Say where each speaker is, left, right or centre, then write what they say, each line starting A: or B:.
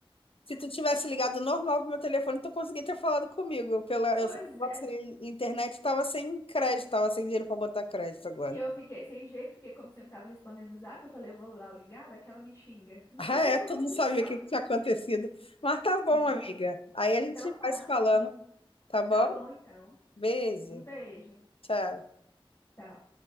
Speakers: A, on the left; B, on the left.
A: Se tu tivesse ligado normal pro meu telefone, tu conseguia ter falado comigo. Eu, pela,
B: Pois
A: eu, pela
B: é, menina.
A: internet tava sem crédito, tava sem dinheiro pra botar crédito agora.
B: E eu fiquei sem jeito, porque como você não tava respondendo o zap, eu falei: eu vou lá ligar, vai que ela me xinga. Não
A: Ah,
B: sei o
A: é,
B: que que aconteceu.
A: tu não sabia o que que tinha acontecido. Mas tá
B: Nossa.
A: bom, amiga. Aí a
B: Então
A: gente
B: tá,
A: vai se falando,
B: amiga.
A: tá bom?
B: Tá bom, então.
A: Beijo,
B: Um beijo.
A: tchau.
B: Tchau.